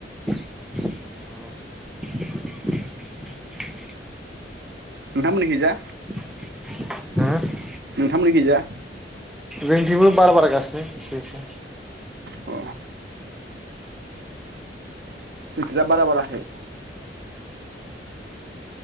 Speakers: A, in the centre; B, on the right.
A: औ।
B: नोंथांमोननि खैजा
A: हो।
B: नोंथां मोननि खैजा
A: जोंथिंबो बार बार गासिनो एसे एसे।
B: अ जोंखैजा बारा बाराखै।